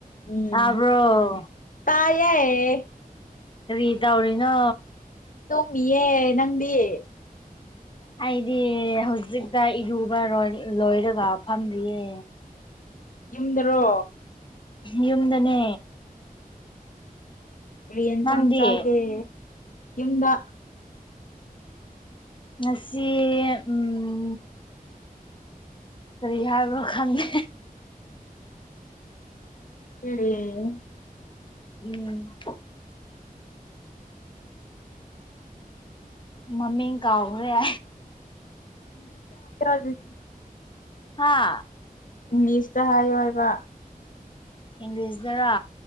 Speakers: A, on the left; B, on the left.
A: ꯎꯝ
B: ꯇꯥꯕ꯭ꯔꯣ
A: ꯇꯥꯏꯌꯦ
B: ꯔꯔꯤꯗꯥꯧꯂꯤꯅ
A: ꯇꯣꯃꯤꯦ ꯅꯪꯗꯤ
B: ꯑꯩꯗꯤ ꯍꯧꯖꯤꯛꯇ ꯏꯔꯨꯕ ꯂꯣꯏꯔꯒ ꯐꯝꯃꯤꯌꯦ
A: ꯌꯨꯝꯗꯔꯣ
B: ꯌꯨꯝꯗꯅꯦ
A: ꯌꯦꯟ
B: ꯅꯪꯗꯤ
A: ꯆꯥꯡꯥꯡ ꯆꯒꯦ ꯌꯗ
B: ꯃꯁꯤꯁꯤ ꯎꯝ ꯀꯔꯤ ꯍꯥꯏꯕ꯭ꯔꯣ ꯈꯪꯉꯦ
A: ꯎꯝ
B: ꯎꯝ ꯃꯃꯤꯡ ꯀꯥꯎꯈ꯭ꯔꯦ
A: ꯑꯗꯨ
B: ꯍꯥꯥ
A: ꯏꯪꯂꯤꯁꯇ ꯍꯥꯏꯌꯣ ꯍꯥꯏꯕ
B: ꯏꯪꯂꯤꯁꯇꯒ